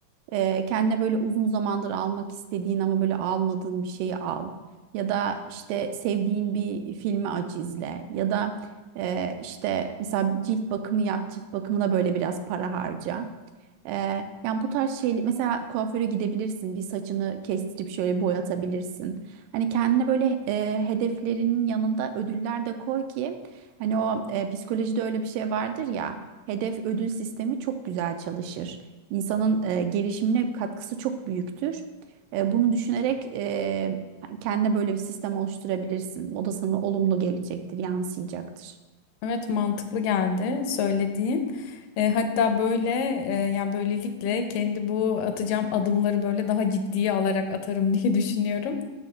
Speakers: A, on the right; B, on the left.
A: Ee, kendine böyle uzun zamandır almak istediğin ama böyle almadığın bir şeyi al. Ya da işte sevdiğin bir filmi aç izle. Ya da e, işte mesela cilt bakımı yap, cilt bakımına böyle biraz para harca. Ee, yani bu tarz şey mesela kuaföre gidebilirsin, bir saçını kestirip şöyle boyatabilirsin. Hani kendine böyle e, hedeflerinin yanında ödüller de koy ki hani o e, psikolojide öyle bir şey vardır ya hedef ödül sistemi çok güzel çalışır insanın e, gelişimine katkısı çok büyüktür. E, bunu düşünerek e, kendine böyle bir sistem oluşturabilirsin. O da sana olumlu gelecektir, yansıyacaktır.
B: Evet mantıklı geldi söylediğin. E, hatta böyle e, yani böylelikle kendi bu atacağım adımları böyle daha ciddiye alarak atarım <laughs> diye düşünüyorum.